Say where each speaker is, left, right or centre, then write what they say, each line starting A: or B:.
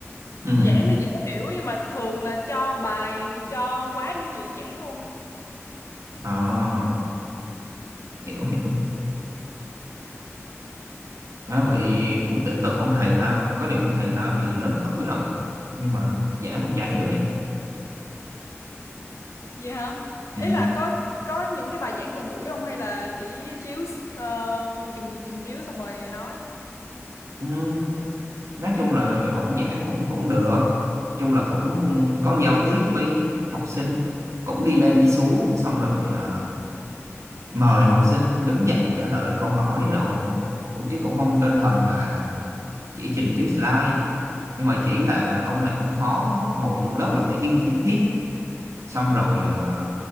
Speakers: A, on the right; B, on the left.
A: ừ
B: giảng thì dễ hiểu nhưng mà thường là cho bài thì cho quá những gì giảng luôn
A: à, hiểu hiểu à, vậy cũng tự tự ông thầy tao có điều ông thầy tao thì lớn tuổi rồi nhưng mà giảng cũng chả hiểu vậy
B: Vậy hả?
A: ừ
B: Ý là có có những cái bài giảng gần gũi không hay là chỉ chiếu uh, chừng chừng chiếu xong rồi nói.
A: ừ. nói chung là ổng giảng cũng cũng được chung là cũng có giao tiếp với học sinh cũng đi lên đi xuống xong rồi ờ, mời học sinh đứng dậy trả lời câu hỏi đồ cũng chứ cũng không đơn thuần là chỉ trình chiếu slide nhưng mà chỉ là ông này ông khó ngồi trong lớp là phải im thiên thít xong rồi ờ,